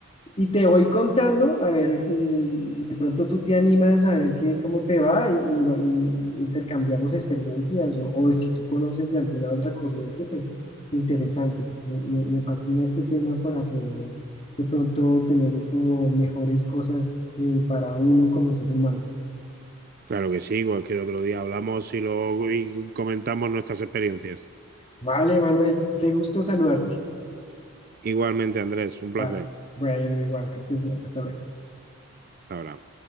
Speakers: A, on the left; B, on the right.
A: Y te voy contando, a ver, y de pronto tú te animas a ver qué, cómo te va y, y va- y intercambiamos experiencias o, o si tú conoces de alguna otra corriente, pues interesante. Me, me- me fascina este tema para poder de pronto tener como mejores cosas eh, para uno como ser humano.
B: Claro que sí, cualquier otro día hablamos y, lo, y comentamos nuestras experiencias.
A: Vale, Manuel, qué gusto saludarte.
B: Igualmente, Andrés, un placer.
A: Vale, bueno, igual, que estés bien. Hasta luego.
B: Hasta ahora.